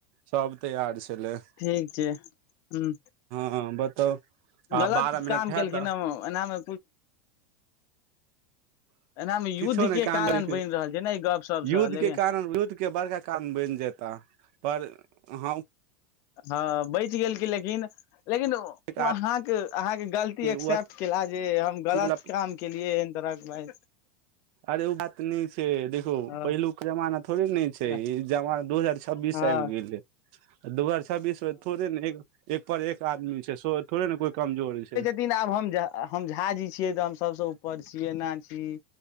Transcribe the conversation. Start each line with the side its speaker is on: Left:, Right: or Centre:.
Right: सभ तैआर छलै। हँ,
Left: ठीक छै हूँ
Right: हँ बताउ। आ
Left: गलत
Right: बारह
Left: काम
Right: मिनट हैत
Left: केलखिन ओ एनामे।
Right: <inaudible>
Left: एनामे युद्ध
Right: किछो नहि
Left: के
Right: काम
Left: कारण
Right: मे
Left: बनि रहल छै ने ई गप सबसँ
Right: युद्धके
Left: लेकिन
Right: करन युद्धके बड़का कारन बनि जेता त पर हैं ओ
Left: हँ, बचि गलखिन लेकिन लेकिन ओ
Right: आदमी
Left: अहाँकेँ अहाँकेँ गलती एक्सेप्ट
Right: ओ
Left: केला जे हम
Right: अथी
Left: गलत
Right: वाला
Left: काम। केलीये हन तरक बाय
Right: अरे ओ बात नहि छै, देखो
Left: हँ
Right: पहिलुक जमाना थोड़े न छै। छै,
Left: हँ
Right: ई जमना दू हजार छब्बीस
Left: हँ
Right: आबि गेले। दू हजार छब्बीसमे थोड़े ने एक पर एक आदमी छै, सो थोड़े ने कोई कमजोर छै।
Left: दिन आब हम, हम झा जी छियै तऽ हम सभसँ ऊपर छियै एना छै।